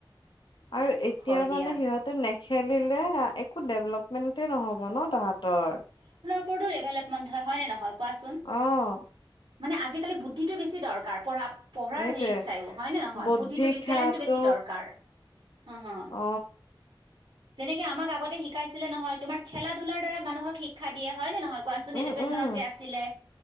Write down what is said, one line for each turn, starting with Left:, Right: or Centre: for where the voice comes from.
Left: আৰু এতিয়া
Right: হয় দিয়া
Left: মানে সিহঁতে নেখেলিলে একো ডেভেলপ মেনকে নহব ন তাহতৰ
Right: ৰ এভেলেপ মন্ধ হয় নে নহয় কোৱাচোন
Left: অ',
Right: মানে আজি বুদ্ধিটো বেছি দকাৰ পঢ়া পঢ়াৰ
Left: সেইটোৱে
Right: হেৰিত চাইও হয় নে নহয়
Left: বৌদ্ধিক
Right: বুদ্ধিটো বেছি
Left: সেয়াটো
Right: টলেণ্টটো বেছি দৰকাৰ হা হা
Left: অ
Right: যেনেকে আমাক আগতে শিকাইছিলে নহয় তোমাৰ খেলা ধূলাৰ দ্বাৰা মানুহক শিক্ষা দিয়ে হয় নে নহয় কোৱাচোন
Left: উম,
Right: এডুকেশ্যনত
Left: উম,
Right: যে আছিলে।